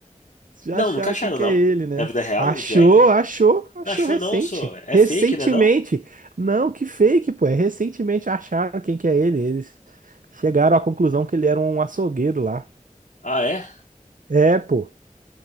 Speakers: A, on the right; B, on the left.
A: Já
B: Não,
A: acharam
B: nunca acharam,
A: quem que
B: não?
A: é ele, né?
B: Na vida real,
A: Achou,
B: o Jack?
A: achou, achou
B: Não achou,
A: recente.
B: não, só. É
A: Recentemente.
B: fake, né, não?
A: Não, que fake, pô. É recentemente acharam quem que é ele. Eles chegaram à conclusão que ele era um açougueiro lá.
B: Ah, é?
A: É, pô.